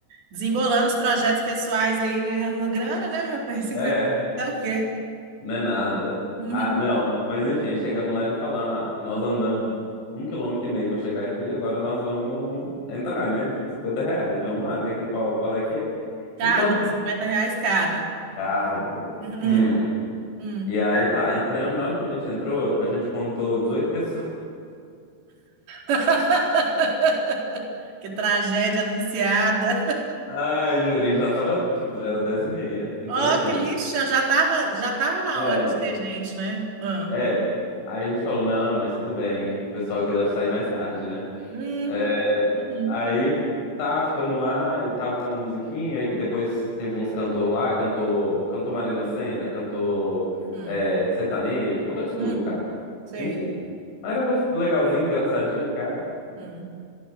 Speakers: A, on the right; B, on the left.
A: desembolando os projetos pessoais aí, ganhando uma grana, né, meu bem? <laughs> 50
B: É,
A: dá o quê?
B: não é nada.
A: Hum,
B: Ah, não, mas enfim, aí chegamos lá e já falamos, ah, nós andamos um quilômetro e meio pra chegar aqui, agora nós vamos entrar, né? 50 reais, vamos lá ver que, qual, qual é que é.
A: cada,
B: E quanto?
A: 50 reais cada.
B: Tarda, meu bem.
A: Hum,
B: Hum.
A: hum.
B: E aí tá, entramos, na hora que a gente entrou, a gente contou 18 pessoas.
A: <laughs> Que tragédia anunciada.
B: Ai, juri, já tava, tipo, já era 10 e meia. Então,
A: Oh,
B: assim,
A: que lixo, já tava, já tava na
B: é,
A: hora de ter gente, né? Ah.
B: é. Aí a gente falou, não, mas tudo bem, o pessoal aqui deve sair mais tarde, né?
A: Hum,
B: É,
A: uhum,
B: Aí tá, ficamos lá e tava uma musiquinha, aí depois teve uns cantor lá, cantou, cantou Marina Sena, cantou
A: hum,
B: é, sertanejo, cantou de tudo,
A: hum,
B: cara.
A: sei.
B: Enfim. Mas era gos- legalzinho, engraçadinho, cara.
A: Hum,